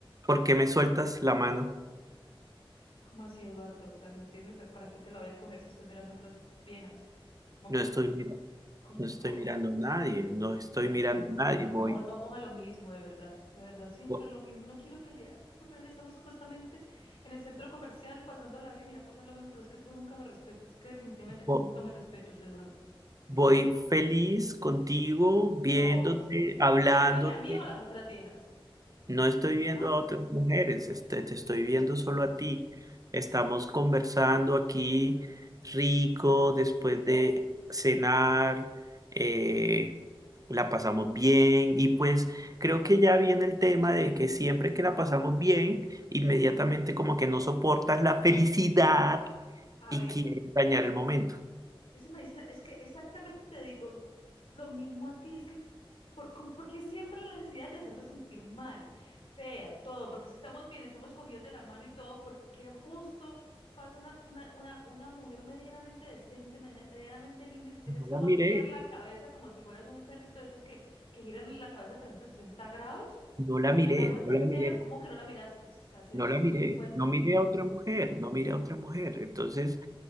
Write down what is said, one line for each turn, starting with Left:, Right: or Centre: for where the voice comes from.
Right: ¿Por qué me sueltas la mano?
Left: ¿Cómo así, Eduardo? O sea, no entiendes? ¿para qué te la voy a coger si estás mirando otras viejas? ¿Cómo
Right: No
Left: pretendes?
Right: estoy mirando,
Left: ¿Cómo?
Right: no estoy
Left: ¿Qué?
Right: mirando a nadie, no estoy
Left: Ay,
Right: mirando
Left: por
Right: a
Left: favor,
Right: nadie, voy,
Left: no volvamos a lo mismo, de verdad. De verdad, siempre
Right: vo-
Left: lo mismo. No quiero pelear, no quiero pelear. Estamos supuestamente en el centro comercial pasándola bien y va a pasar lo mismo, pero es que tú nunca me respetas. Es que definitivamente tú
Right: vo-
Left: nunca me respetas, Eduardo.
Right: voy, feliz contigo, viéndote,
Left: O
Right: hablándote,
Left: viéndome a mí o a las otras viejas.
Right: No estoy viendo
Left: ¿Ah?
Right: a otras mujeres, este, te estoy viendo solo a ti. Estamos conversando aquí rico después de cenar, eh, la pasamos bien y pues creo que ya viene el tema de que siempre que la pasamos bien, inmediatamente como que no soportas la felicidad
Left: A
Right: y
Left: ver,
Right: quieres dañar el momento.
Left: eso me dice, es que exactamente te digo lo mismo a ti, es que Por, con- porque siempre la necesidad de hacerme sentir mal, fea, todo, porque si estamos bien, estamos cogidos de la mano y todo, ¿por qué justo pasa una, una, una, una mujer medianamente decente, mene- medianamente linda y tú tienes
Right: No
Left: que
Right: la
Left: voltear
Right: miré,
Left: la cabeza como si fueras un perrito de esos que, que giran la cabeza 360 grados
Right: no la
Left: y
Right: miré,
Left: da la vuelta
Right: no la
Left: entera?
Right: miré,
Left: ¿Cómo que no la miraste? O sea, se,
Right: no
Left: se,
Right: la miré,
Left: se di cuenta.
Right: no miré a otra mujer, no miré a otra mujer. Entonces...